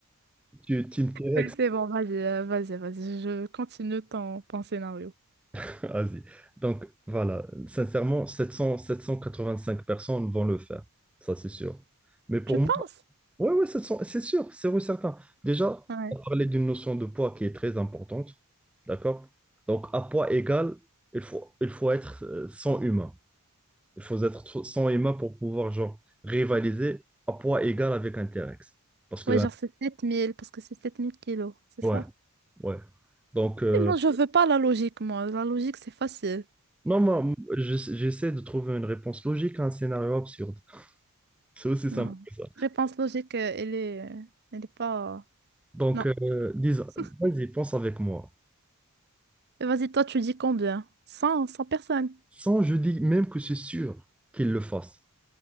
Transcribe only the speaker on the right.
Ok, C'est bon, vas-y, euh, vas-y, vas-y, je continue ton, ton scénario.
Tu penses?
Ouais.
Ouais, genre c'est 7000 parce que c'est 7000 kilos, c'est
ça?
Mais moi, je Oui. veux pas la logique, moi. La logique, c'est facile.
Non.
Réponse logique, euh, elle est, euh, elle est pas... euh,
Non.
<laughs>
Mais Vas-y, toi, tu dis combien? cent cent personnes.